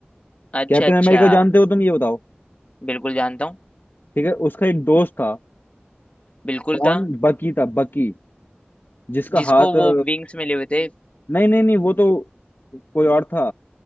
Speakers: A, on the left; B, on the left.
A: अच्छा
B: कैप्टन
A: अच्छा
B: अमेरिका जानते हो तुम ये बताओ
A: बिल्कुल जानता हूँ
B: ठीक है उसका एक दोस्त था
A: बिल्कुल
B: कौन
A: था
B: बकी था बकी जिसका
A: जिसको
B: हाथ अ,
A: वो विंग्स मिले हुए थे
B: नहीं नहीं नहीं वो तो कोई और था